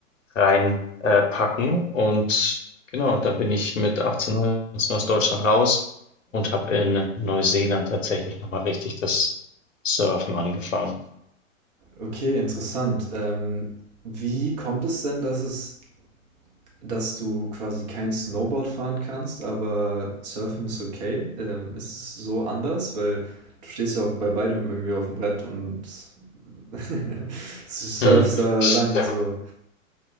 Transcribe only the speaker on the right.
Okay, interessant. Ähm, wie kommt es denn, dass es dass du quasi kein Snowboard fahren kannst, aber Surfen ist okay. Ähm, es ist so anders, weil du stehst ja auf, bei beidem irgendwie auf dem Brett und <laughs> surfst
da
lang. So.